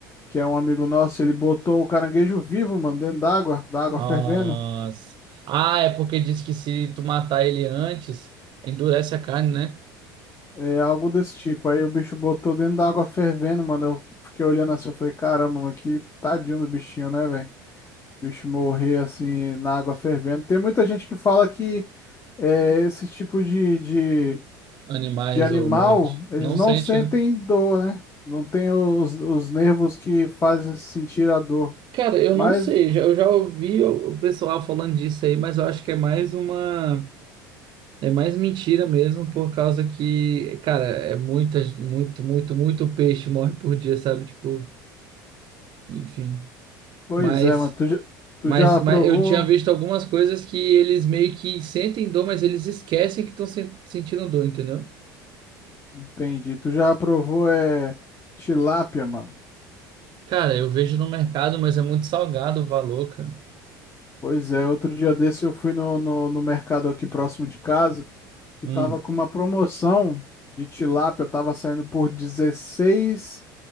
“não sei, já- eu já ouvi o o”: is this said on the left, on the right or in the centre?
Right